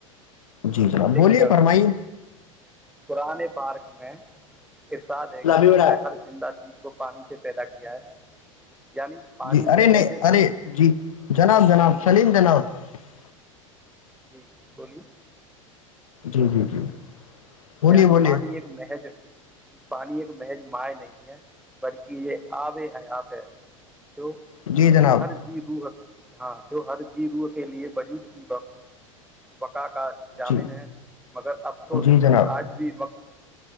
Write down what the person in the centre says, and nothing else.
دیکھیے
میں ہ
پرانے پارک س میں <unintelligible> ارسادے کہ
ہم
نے ہر زندہ چی کو پانی سے پیدا کیا ہے یعنی پانی
محض
جی بولیے
یعنی
پانی ایک محج پانی ایک محج مائ نہیں ہے بلکہ یہ آب حیات ہے جو
ہر جیو روح ہاں جو ہر جییرو کے لیے وجود کی وقت وقت کا جامن
ہے مگر افسوس
آج بھی وقت